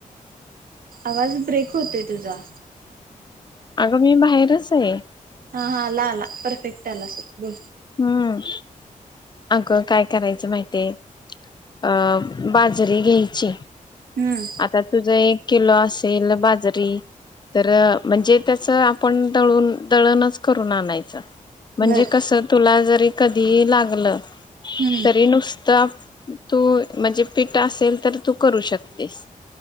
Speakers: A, on the right; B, on the left.
A: आवाज ब्रेक होतय तुझा
B: अगं मी बाहेरच आहे
A: हा हा अला अला पर्फेक्ट अला बोल
B: हम्म अगं काय करायचं माहितीय अं बाजरी घ्यायची
A: हम्म
B: आता तुझ एक किल असेल बाजरी तर म्हणजे त्याच आपण दळून दळणच करून आणायचं म्हणजे
A: बर
B: कस जरी कधी लागलं
A: हम्म
B: तरी नुसतं तू म्हणजे पीट असेल तर तू करू शकतेस.